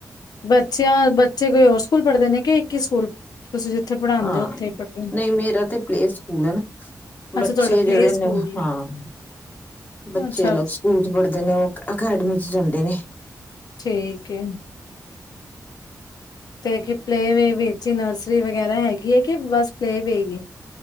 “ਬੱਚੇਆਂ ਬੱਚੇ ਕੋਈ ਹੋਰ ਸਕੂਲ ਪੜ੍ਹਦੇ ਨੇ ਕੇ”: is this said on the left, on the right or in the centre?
Left